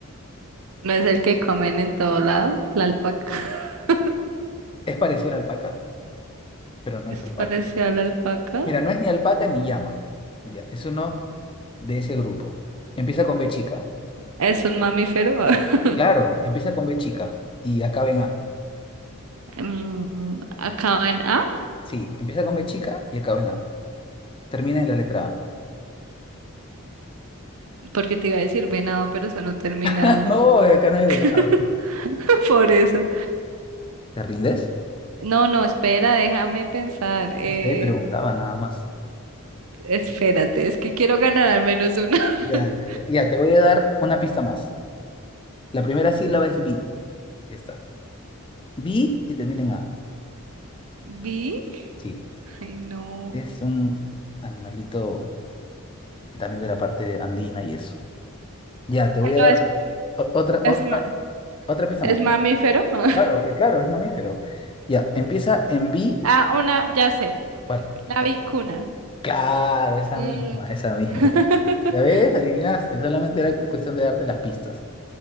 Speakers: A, on the right (about 80°); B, on the left (about 25°).
A: ¿No es el que comen en todo lado? La alpaca. <laughs>
B: Es parecido a la alpaca, pero no
A: ¿Es
B: es alpaca.
A: parecido a la alpaca?
B: Mira, no es ni alpaca ni llama. Ya, es uno de ese grupo. Empieza con B chica.
A: ¿Es un mamífero? <laughs>
B: Claro, empieza con B chica y acaba en A.
A: Mm, Acaba en A,
B: Sí, empieza con B chica y acaba en A. Termina en la letra A.
A: porque te iba a decir venado, pero eso no termina
B: <laughs> No, acá no hay venado.
A: <laughs> por eso.
B: ¿Te rindes?
A: No, no, espera, déjame pensar. Eh,
B: No sé, preguntaba nada más.
A: espérate, es que quiero ganar al menos una. <laughs>
B: Ya, ya, ya. Ya, te voy a dar una pista más. La primera sílaba es B. Ya está. B y termina en A.
A: ¿Big?
B: Sí,
A: Ay, no.
B: es un animalito también de la parte andina y eso. Ya, te
A: Pero
B: voy a dar
A: es,
B: o- otra,
A: es,
B: otra,
A: ma-
B: otra pista
A: es
B: más.
A: mamífero. <laughs>
B: Claro, eh, claro, es mamífero. Ya, empieza en B.
A: Ah, una, ya sé.
B: ¿Cuál?
A: La vicuna.
B: Claro, esa
A: Mm,
B: misma, esa
A: ya.
B: misma,
A: <laughs>
B: esa. ¿Ya ves? Adivinaste, solamente era cu- cuestión de darte las pistas.